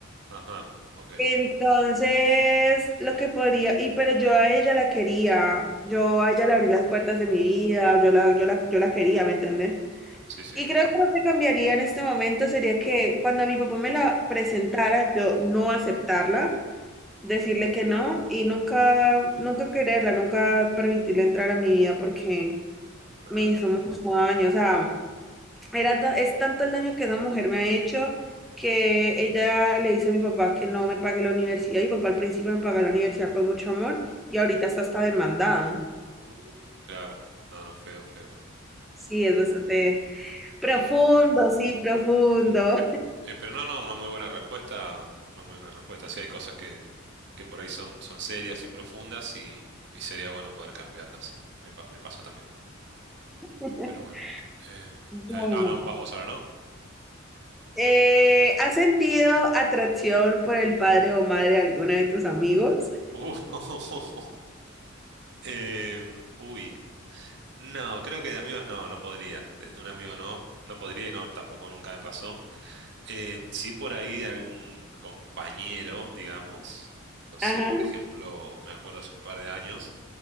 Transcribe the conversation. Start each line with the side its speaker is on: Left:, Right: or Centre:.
Right: Ajá, ok.
Centre: Entonces, lo que podría, y pero yo a ella la quería, yo a ella le abrí las puertas de mi vida, yo la, yo la, yo la quería, ¿me entiendes?
Right: Sí, sí,
Centre: Y creo que lo que cambiaría en este momento sería que cuando mi papá me la presentara, yo no aceptarla, decirle que no y nunca, nunca quererla, nunca permitirle entrar a mi vida porque
Right: claro.
Centre: me hizo mucho daño, o sea, era ta- es tanto el daño que esa mujer me ha hecho que ella le dice a mi papá que no me pague la universidad. Y mi papá al principio me pagó la universidad con mucho amor y ahorita está hasta demandado.
Right: Uh. Claro. No, no, feo, feo.
Centre: Sí, es bastante profundo,
Right: Eh, bueno.
Centre: sí, profundo.
Right: Ujú. Eh, pero no, no, una muy buena respuesta. Una muy buena respuesta. Sí, hay cosas que, que por ahí son, son serias y profundas y, y sería bueno poder cambiarlas. Me, pa- me pasa también.
Centre: <laughs>
Right: Pero bueno. Eh,
Centre: Bueno,
Right: ah, ah, no, vas vos ahora, ¿no?
Centre: eh, ¿has sentido atracción por el padre o madre de alguno de tus amigos?
Right: Uh, <laughs> em, uy. No, creo que de amigos no, no podría. De, de un amigo no, no podría y no, tampoco nunca me pasó. Eh, sí, por ahí de algún compañero, digamos, no sé,
Centre: Ajá,
Right: por ejemplo, me acuerdo hace un par de años,